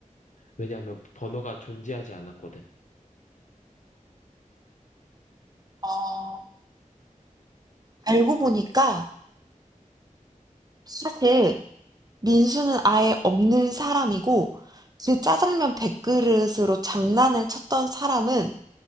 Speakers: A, on the left; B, on the right.
A: 왜냐하면 번호가 존재하지 않았거든.
B: 어. 알고 보니까 사실 민수는 아예 없는 사람이고 그 짜장면 100그릇으로 장난을 쳤던 사람은